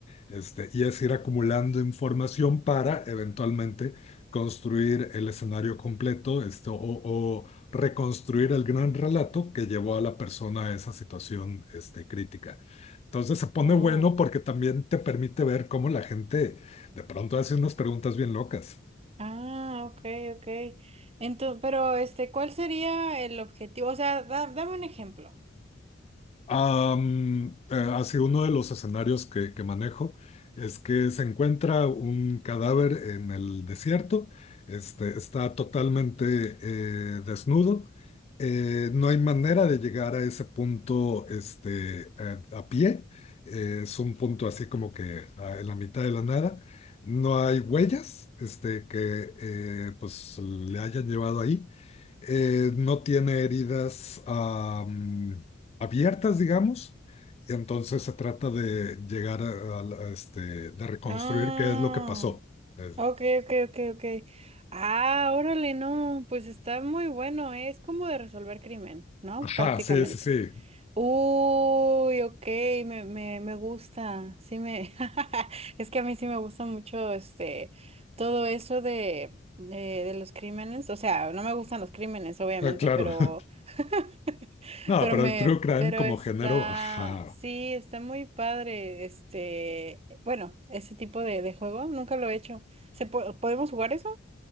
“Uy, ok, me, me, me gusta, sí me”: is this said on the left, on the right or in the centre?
Right